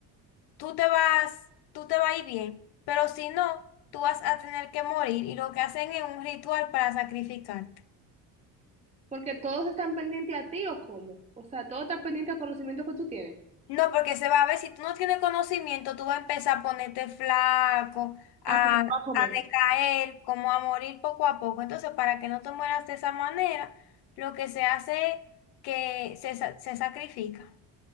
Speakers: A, on the left; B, on the right.
A: tú te vas, tú te vas a ir bien, pero si no, tú vas a tener que morir y lo que hacen es un ritual para sacrificar.
B: Porque todos están pendientes a ti o cómo. O sea, todo está pendiente al conocimiento que tú tienes.
A: No, porque se va a ver, si tú no tienes conocimiento, tú vas a empezar a ponerte flaco, a,
B: Ah, porque va a comer.
A: a decaer, como a morir poco a poco. Entonces, para que no te mueras de esa manera, lo que se hace es que se, sa- se sacrifica.